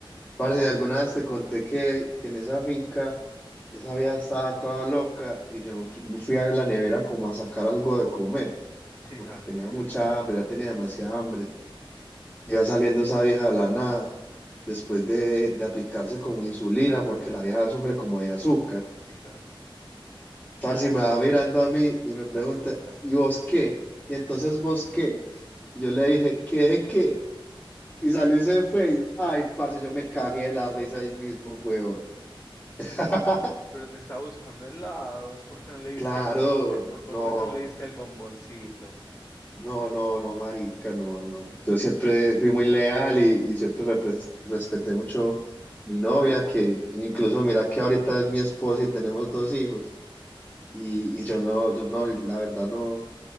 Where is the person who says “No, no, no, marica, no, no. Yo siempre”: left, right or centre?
Left